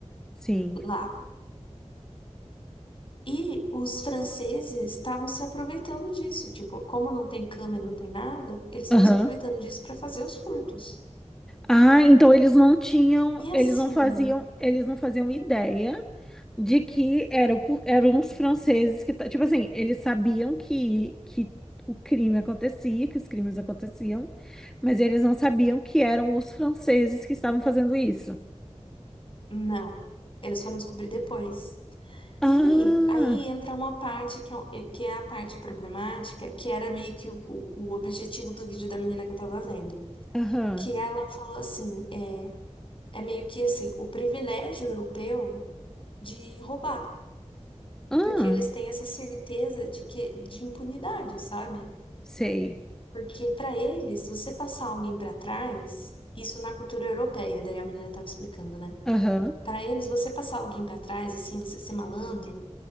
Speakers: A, in the centre; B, on the left.
A: Sim.
B: lá. E os franceses estavam se aproveitando disso. Tipo, como não tem câmera, não tem nada, eles estavam
A: Aham.
B: se aproveitando disso para fazer os furtos.
A: Ah, então eles não tinham,
B: E assim,
A: eles não faziam, eles não faziam ideia de que era, por- eram os franceses que, ta- tipo assim, eles sabiam que, que o crime acontecia, que os crimes aconteciam, mas eles não sabiam que eram os franceses que estavam fazendo isso.
B: Não. Eles foram descobrir depois. E
A: Ah!
B: aí entra uma parte que é, um, eh, que é a parte problemática, que era meio que o, o- o objetivo do vídeo da menina que eu tava vendo.
A: Aham.
B: Que ela falou assim, é, é meio que assim, o privilégio europeu de roubar.
A: Ah,
B: Porque eles têm essa certeza de que, de impunidade, sabe?
A: sei.
B: Porque pra eles, você passar alguém pra trás, isso na cultura europeia, daí a menina tava explicando, né?
A: Aham.
B: Pra eles, você passar alguém pra trás, assim, você ser malandro,